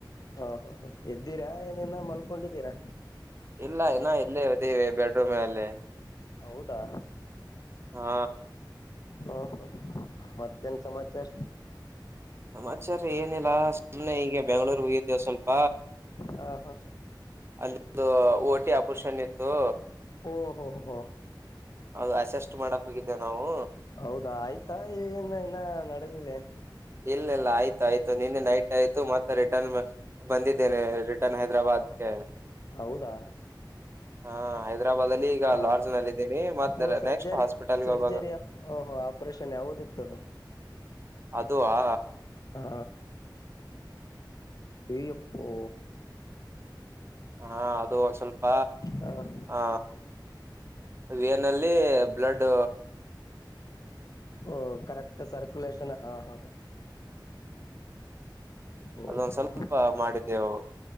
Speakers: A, on the left (about 50°); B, on the right (about 30°).
A: ಹಾ ಹಾ ಹ ಎದ್ದೀರಾ ಏನ್ ಇನ್ನ ಮಲ್ಕೊಂಡಿದ್ದೀರಾ.
B: ಇಲ್ಲ ಇನ್ನಾ ಇಲ್ಲೇ ಅದೀವಿ ಬೆಡ್ರೂಮ್ ಅಲ್ಲಿ.
A: ಹೌದಾ.
B: ಹಾ.
A: ಹ ಹ ಮತ್ತೆ ಏನ್ ಸಮಾಚಾರ.
B: ಸಮಾಚಾರ ಏನಿಲ್ಲಾ ಸುಮ್ಮನೆ ಈಗ ಬೆಂಗ್ಳೂರು ಹೋಗಿದ್ದೇ ಸ್ವಲ್ಪ.
A: ಹಾ, ಹಾ, ಹಾ
B: ಅಲ್ಲಿದು ಓಟಿ ಆಪರೇಷನ್ ಇತ್ತು.
A: ಓಹೋ ಹೋ
B: ಅದು ಅಸೆಸ್ಟ್ ಮಾಡಕ್ ಹೋಗಿದ್ದೇವು ನಾವು
A: ಹೌದಾ ಆಯ್ತಾ ಏನ್ ಇನ್ನ ನಡೆದಿದೆ.
B: ಇಲ್ಲ ಇಲ್ಲ, ಆಯ್ತು ಆಯ್ತು, ನಿನ್ನೆ ನೈಟ್ ಆಯ್ತು ಮತ್ತೆ ರಿಟರ್ನ್ ಬಂದಿದ್ದೇನೆ ರಿಟರ್ನ್ ಹೈದ್ರಾಬಾದ್ಗೆ
A: ಹೌದಾ
B: ಹ ಹೈದ್ರಾಬಾದ್ಲ್ಲಿ ಈಗ
A: ಹ
B: ಲಾರ್ಜ್ ನಲ್ಲಿ ಇದೀನಿ ಮತ್ತ
A: ಓ ಸರ್ಜರಿ
B: ನೆಕ್ಸ್ಟ್ ಹಾಸ್ಪಿಟಲ್ಗೆ
A: ಸರ್ಜರಿ
B: ಹಾಗ
A: ಓಹೋ ಆಪರೇಷನ್ ಯಾವದಿತ್ತದು
B: ಅದು ಹಾ
A: ಹಾ ಹೇ ಎಪ್ಪೋ.
B: ಹಾ ಅದು ಒಂದ್ ಸ್ವಲ್ಪ
A: ಹ
B: ಆ, ವಿ ಅನ್ ಅಲ್ಲಿ ಬ್ಲೂಡ್.
A: ಓ ಕರೆಕ್ಟ್ ಸರ್ಕುಲೇಷನ್ ಹಾ, ಹಾ, ಹಾ ಓಹೋ
B: ಅದೊಂದ ಸ್ವಲ್ಪ ಮಾಡಿದ್ದೆವು.